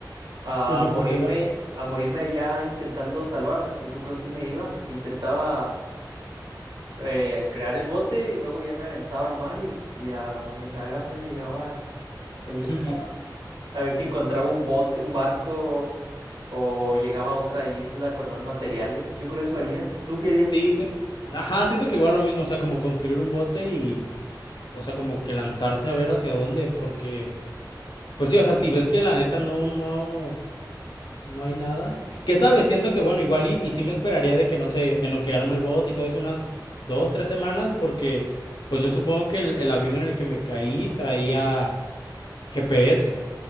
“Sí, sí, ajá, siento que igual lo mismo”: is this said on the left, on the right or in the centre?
Left